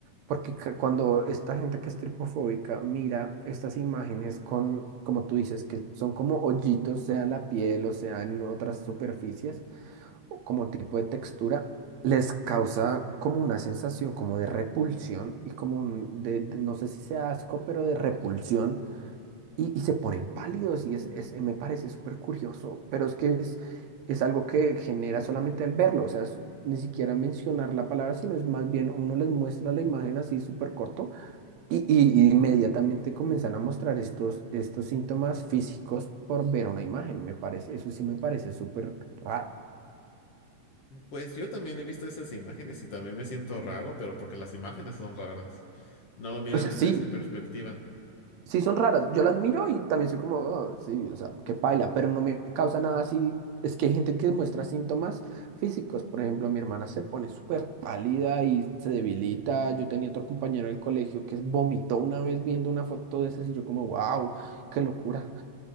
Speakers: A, on the right; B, on the left.
A: porque ca- cuando esta gente que es tripofóbica mira estas imágenes con, como tú dices, que son como hoyitos, sea en la piel o sea en otras superficies, o como tipo de textura, les causa como una sensación como de repulsión y como un, de, de- no sé si sea asco, pero de repulsión y, y se ponen pálidos y es, es- me parece súper curioso, pero es que es, es algo que genera solamente al verlo, o sea, es- ni siquiera mencionar la palabra, sino es más bien uno les muestra la imagen así súper corto y, y- y inmediatamente comienzan a mostrar estos, estos síntomas físicos por ver una imagen, me parece, eso sí me parece súper raro.
B: Pues yo también he visto esas imágenes y también me siento raro, pero porque las imágenes son raras. No lo miras
A: O sea,
B: desde
A: sí,
B: esa perspectiva.
A: sí son raras. Yo las miro y también soy como, "Oh, sí, o sea, qué paila, pero no me causa nada así. Es que hay gente que muestra síntomas físicos. Por ejemplo, mi hermana se pone súper pálida y se debilita. Yo tenía otro compañero del colegio que vomitó una vez viendo una foto de esas y yo como, wow, qué locura.